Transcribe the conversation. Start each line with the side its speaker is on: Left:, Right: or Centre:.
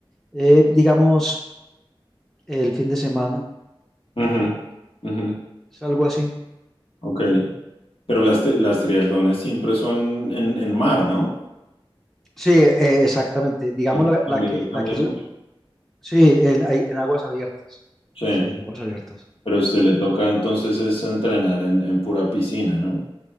Centre: eh, digamos el fin de semana,
Left: Ujú, ujú.
Centre: es algo así.
Left: Ok. Pero las, tri- las triatlones siempre son en, en mar, ¿no?
Centre: Sí, eh, exactamente. Digamos
Left: Y eso
Centre: la,
Left: también
Centre: la que,
Left: le cambia
Centre: la que
Left: mucho.
Centre: yo. Sí, en, ahí- en aguas abiertas.
Left: Sí.
Centre: Sí, en aguas abiertas.
Left: Pero a usted le toca entonces es entrenar en, en pura piscina, ¿no?